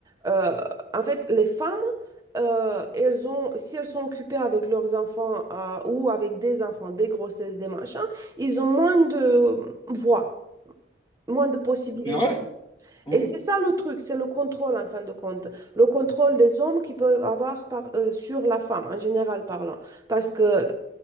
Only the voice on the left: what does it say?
C'est vrai? Hmm